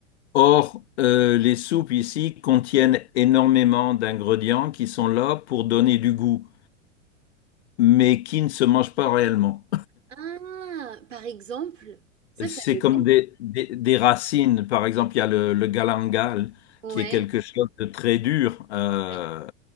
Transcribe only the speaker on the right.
Ah, par exemple, ça,
je savais
pas.
Ouais.
Ouais.